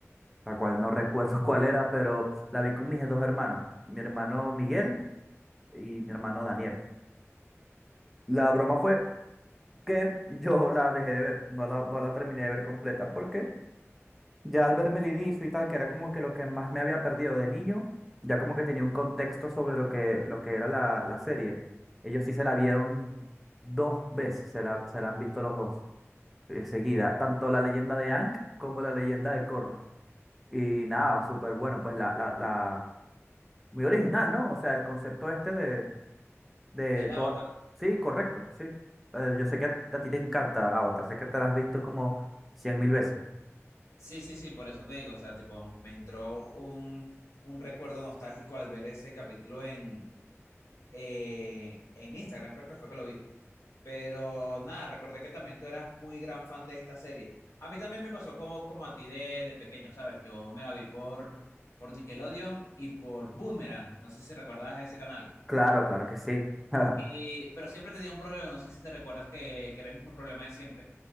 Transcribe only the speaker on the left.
Del
Avatar.
Sí, sí, sí, por eso te digo, o sea, tipo, me entró un, un recuerdo nostálgico al ver ese capítulo en, eh, en Instagram, creo que fue que lo vi. Pero nada, recordé que también tú eras muy gran fan de esta serie. A mí también me pasó como, como a ti de, de pequeño, ¿sabes? Yo me la vi por, por Nickelodeon y por Boomerang. No sé si recuerdas ese canal.
Y, pero siempre tenía un problema, no sé si te recuerdas que, que era el mismo problema de siempre.